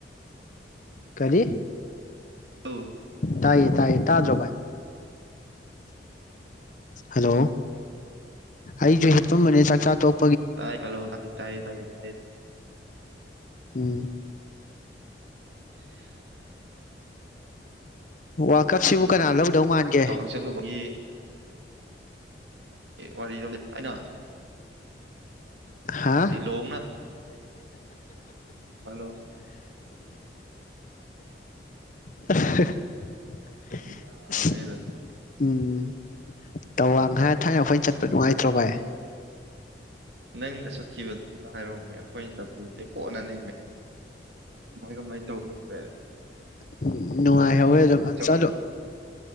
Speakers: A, on the left; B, on the right.
A: ꯀꯔꯤ
B: ꯑꯎ
A: ꯇꯥꯏꯌꯦ ꯇꯥꯏꯌꯦ ꯇꯥꯗ꯭ꯔꯣ ꯚꯥꯏ ꯍꯜꯂꯣ ꯑꯩꯁꯨ ꯍꯤꯞꯄꯝꯕꯅꯦ ꯆꯥꯛꯆꯥ ꯇꯣꯛ
B: ꯇꯥꯏ ꯍꯜꯂꯣ ꯇꯥꯏ ꯇꯥꯏ ꯇꯥꯏ ꯀꯥꯏ ꯊ <unintelligible>
A: ꯎꯝ
B: <inaudible>
A: ꯋꯥꯔꯜ ꯀꯞꯁꯤꯕꯨ ꯀꯅꯥ ꯂꯧꯗꯧ ꯃꯥꯟꯒꯦ
B: ꯇꯥꯎꯟ ꯆꯠꯂꯨꯕꯒꯤ <unintelligible> <unintelligible>
A: ꯍꯥ
B: ꯂꯤꯂꯣꯡꯅ ꯍꯜꯂꯣ
A: <inaudible>
B: ꯌꯥꯕꯅꯦ
A: ꯑꯁ
B: ꯑꯗꯨꯝ
A: ꯎꯝ ꯇꯋꯥꯡ ꯍꯥꯏ ꯊꯥꯏꯅ ꯑꯩꯈꯣꯏ ꯆꯠꯄ ꯅꯨꯡꯉꯥꯏꯇ꯭ꯔꯣ ꯚꯥꯏ
B: ꯅꯪꯅ ꯆꯠꯈꯤꯕꯗꯣ ꯑꯝꯇ ꯍꯥꯏꯔꯣꯝꯃꯦ ꯑꯩꯈꯣꯏꯅ ꯆꯠꯄꯗꯨꯗꯤ ꯀꯣꯟꯅ ꯅꯦ ꯀꯃꯥꯏ ꯀꯃꯥꯏ ꯇꯧꯒꯦ ꯐꯔ
A: ꯎꯝ ꯅꯨꯡꯉꯥꯏꯍꯧꯋꯦ ꯑꯗꯨ
B: ꯆꯠꯃꯤꯟꯅ
A: ꯆꯠꯂꯣ